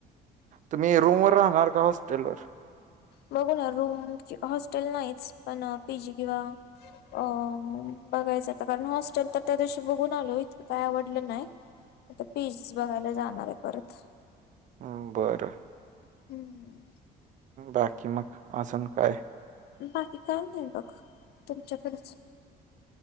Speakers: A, on the right; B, on the left.
A: तुम्ही रूमवरर राहणार का हॉस्टेलवरर.
B: बघू ना रूम हॉस्टेल नाहीच पण पीजी किंवा अ बघायचं कारण हॉस्टेल तर त्या दिवशी बघून आलो इतकं काय आवडलं नाही. आता पीजस बघायला जाणार आहे परत.
A: ह बरं
B: हम्म
A: बाकी मग अजून काय.
B: बाकी काय नाही बघ तुमच्याकडेच.